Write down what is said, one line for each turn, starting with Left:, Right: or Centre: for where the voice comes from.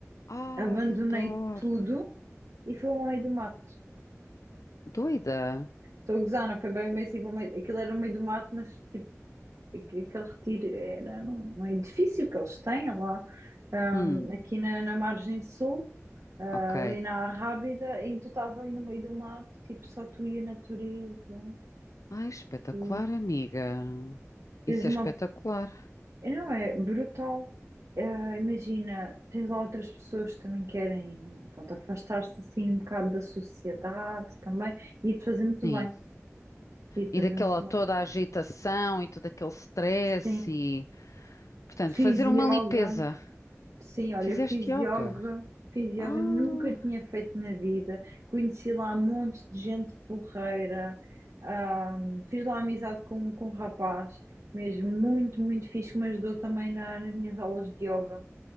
Left: Ai,
Right: Abandonei
Left: adoro.
Right: tudo e fui ao meio do mato.
Left: Doida?
Right: Estou a gozar, não foi bem, bem assim, para o meio... aquilo era no meio do mato, mas tipo, aqu- aquele retiro era num, num edifício que eles têm lá, ahm,
Left: Hum,
Right: aqui na, na margem sul. ah,
Left: ok.
Right: ali na Rábida e tu estás ali no meio do mato, tipo, só tu e a natureza.
Left: Ai, espetacular,
Right: E
Left: amiga.
Right: tens
Left: Isso
Right: uma.
Left: é espetacular.
Right: Não, é brutal. Eh, imagina, tens lá outras pessoas que também querem, pronto, afastar-se assim um bocado da sociedade também. E te fazer muito
Left: Sim.
Right: bem. E te
Left: E
Right: fazer
Left: daquela
Right: muito
Left: toda
Right: bem.
Left: a agitação e todo aquele stress
Right: Sim.
Left: e. Portanto,
Right: Fiz
Left: fazer
Right: yoga.
Left: uma limpeza.
Right: Sim, olha,
Left: Fizeste
Right: eu fiz
Left: yoga.
Right: yoga, fiz yoga,
Left: Ah,
Right: nunca tinha feito na vida. Conheci lá um monte de gente porreira, ahm, fiz lá amizade com, com um rapaz, mesmo muito, muito fixe, que me ajudou também na- nas minhas aulas de yoga,